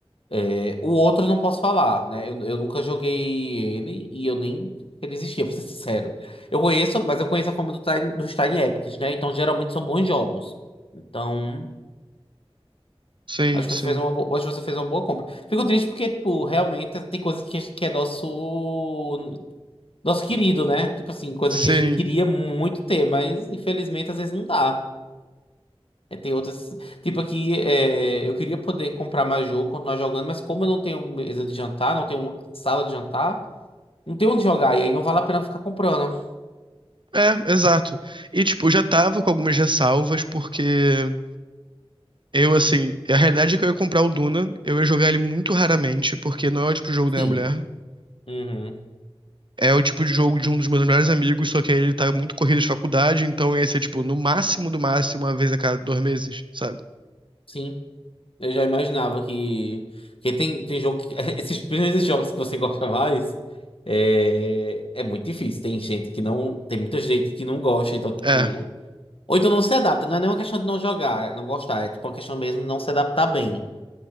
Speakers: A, on the left; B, on the right.
A: É, O outro eu não posso falar, né? Eu, eu nunca joguei ele e eu nem ele existia, <laughs> pra ser sincero. Eu conheço, mas eu conheço a fama do Tiny- dos Tiny Epics, né? Então geralmente são bons jogos. Então,
B: Sim,
A: acho que
B: sim.
A: você fez uma boa, acho que você fez uma boa compra. Fico triste porque, tipo, realmente tem coisa que, que é nosso nosso querido, né? Tipo assim, coisa
B: Sim.
A: que a gente queria muito ter, mas infelizmente às vezes não dá. É, tem outras. Tipo aqui, é, eu queria poder comprar mais jogo, continuar jogando, mas como eu não tenho mesa de jantar, não tenho sala de jantar. Não tem onde jogar, e aí não vale a pena ficar comprando.
B: É, exato. E, tipo, eu já tava com algumas ressalvas, porque eu, assim, a realidade é que eu ia comprar o Duna, eu ia jogar ele muito raramente, porque não é o tipo de jogo
A: Sim.
B: da minha mulher.
A: Uhum.
B: É o tipo de jogo de um dos meus melhores amigos, só que aí ele tá muito corrido de faculdade, então ia ser, tipo, no máximo do máximo, uma vez a cada dois meses, sabe?
A: Sim. Eu já imaginava que. Porque tem, tem jogo que. <laughs> Esses, principalmente esses jogos que você <laughs> gosta mais. É, é muito difícil. Tem gente que não. Tem muita gente que não gosta, então, tipo.
B: É.
A: Ou então não se adapta. Não é nenhuma questão de não jogar, é não gostar. É tipo uma questão mesmo de não se adaptar bem.